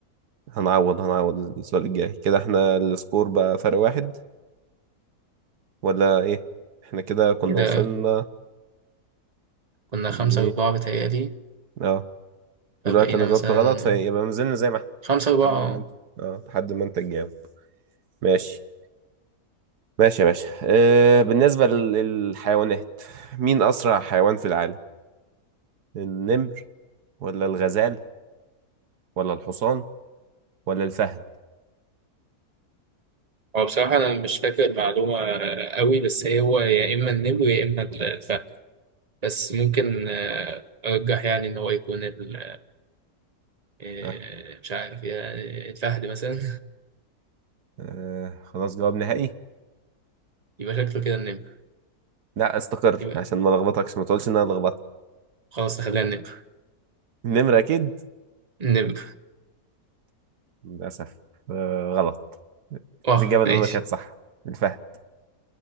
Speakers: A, on the right; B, on the right.
A: هنعوض هنعوض السؤال الجاي كده احنا السكور بقى فرق واحد ولا إيه؟ احنا كده كنا
B: كده
A: وصلنا
B: كنا خمسة
A: ل
B: أربعة بتهيألي
A: اه دلوقتي
B: فبقينا
A: أنا
B: مثلا
A: جاوبت غلط فيبقى ما زلنا زي ما احنا
B: خمسة
A: لحد
B: أربعة
A: ما
B: اه
A: انت اه لحد ما انت تجاوب ماشي ماشي يا باشا أه بالنسبة لل- للحيوانات مين أسرع حيوان في العالم؟ النمر ولا الغزال ولا الحصان ولا الفهد؟
B: هو بصراحة أنا مش فاكر المعلومة قوي بس هي هو يا إما النمر يا إما الفهد بس ممكن آه، أرجح يعني إن هو يكون ال- آه،
A: أه.
B: مش عارف يعني الفهد مثلا
A: أه خلاص جواب نهائي؟
B: <laughs> يبقى شكله كده النمر
A: لا استقر
B: يبقى
A: عشان ما لخبطكش ما تقولش إن أنا لخبطت
B: خلاص نخليها النمر
A: النمر أكيد
B: النمر
A: للأسف أه غلط
B: أه
A: الإجابة الأولى
B: ماشي
A: كانت صح الفهد